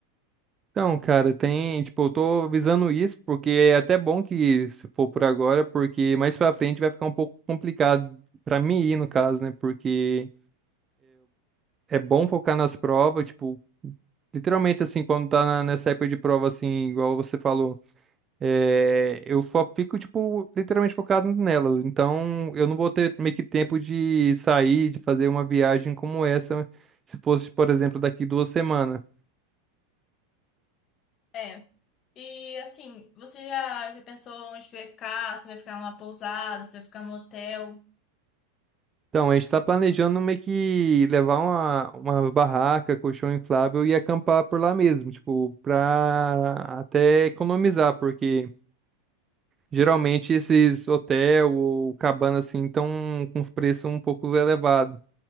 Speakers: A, on the right; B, on the left.
A: Então, cara, tem, tipo, eu tô visando isso porque é até bom que se for por agora, porque mais pra frente vai ficar um pouco complicado pra mim ir, no caso, né? Porque é bom focar nas provas, tipo, literalmente assim, quando tá na- nessa época de prova, assim, igual você falou, é, eu só fico, tipo, literalmente focado nela. Então, eu não vou ter meio que tempo de sair, de fazer uma viagem como essa, se fosse, por exemplo, daqui duas semanas.
B: É. E assim, você já, já pensou onde que vai ficar? Você vai ficar numa pousada, você vai ficar no hotel?
A: Então, a gente está planejando meio que levar uma, uma barraca, colchão inflável e acampar por lá mesmo, tipo, pra até economizar, porque. Geralmente esses hotel ou cabana assim estão com os preços um pouco elevados.